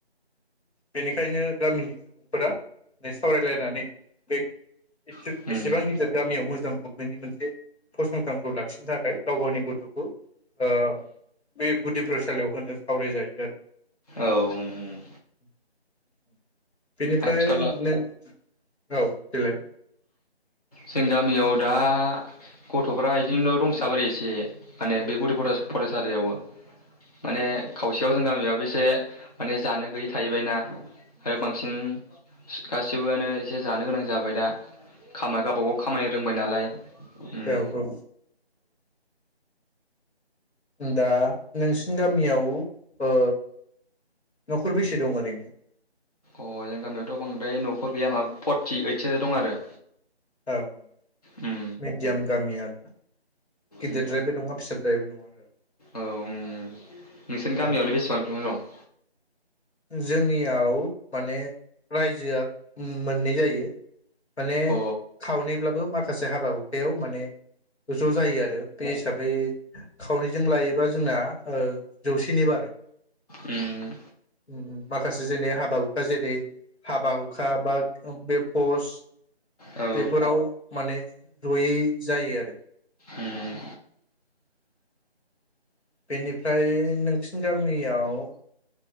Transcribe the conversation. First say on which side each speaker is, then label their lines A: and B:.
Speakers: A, on the left; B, on the left.
A: बेनिखायनो गामिनि फोरा नै सावरायलायनानै बे <unintelligible>
B: उम
A: एसेबां गिदिर गामियाव मोजां गभमेन्टनि मोनसे फसंथानखौ लाखिनो थाखाय गाव गावनि गथ'खौ ओ बे गुदि फरायसालियाव होनो सावरायजायो आरो।
B: औ उम उम
A: <inaudible> बेनिफ्राय
B: आथिखालाव
A: नों औ देलाय
B: जों गामियाव दा गथ'फ्रा बिदिनो दंसाबोरो एसे माने बे गुदि फरायसा फरायसालियावबो माने खावसेयाव जों गामियावाबो एसे माने जानो गैयै थाहैबायना आरो
A: औ
B: बांसिन सि गासिबो आनो एसे जानो गोनां जाबाय दा खा बबाव खामायनो रोंबाय नालाय उम
A: औ औ दा नोंसिनि गामियाव ओ नखर बेसे दं ओरैनो?
B: अ जों गामियावथ बांद्राय नखर गैया माबा फरथि ओइदसो दं आरो।
A: औ औ
B: उम
A: मिडियाम गामि आरोना गिदिरद्रायबो
B: उम
A: नङा फिसद्रायबो नङा आरो।
B: औ उम <inaudible> नोंसोरनि गामियालाय
A: औ
B: बेसेबांसिम दं। <inaudible>
A: जोंनियाव। माने रायजोआ। मो मोननै जायो। माने
B: उम
A: खावनैब्लाबो माखासे। हाबा हुखायाव माने। ज जायो आरो बे हिसाबै खावनैजों लायोबा जोंना। ओ जौसेनि बारो।
B: उम
A: उम उम माखासे जेनै हाबा हुखा जेरै। हाबा हुखा बा बे। फस।
B: औ
A: बेफोराव माने। जयै जायो आरो।
B: उम
A: बेनिफ्राय नोंसिनि गामियाव।